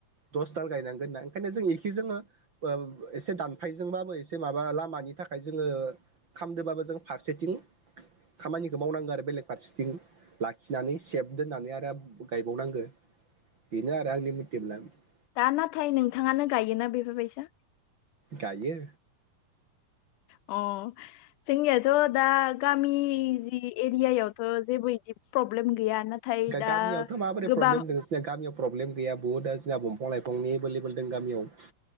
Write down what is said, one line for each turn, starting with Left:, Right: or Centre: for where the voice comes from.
Right: दस दाल गायनांगोन होना ओंखायनो जों एखे जोङो एसे दानफायजोंबाबो एसे माबा लामानि थाखाय जोङो खामदोंबाबो जों फारसेथिं खामानिखौ मावनांगौ आरो बेलेग फारसेथिं लाखिनानै सेब दोननानै आरो गायबावनांगो बेनो आरो आंनि। <unintelligible>
Left: दा नाथाय नोंथाङानो गायोना बेफोरबायसा।
Right: गायो।
Left: अ जोंनियाथ' दा गामि जि एरियायावथ' जेबो बिदि प्रब्लेम गैया नाथाय दा
Right: गामियावथ' माबोरै
Left: गोबां
Right: प्रब्लेम दङ सिया गामियाव प्रब्लेम गैया बुहुत दा जोंहा दंफां लाइफांनि एभलेबोेल दं गामियाव।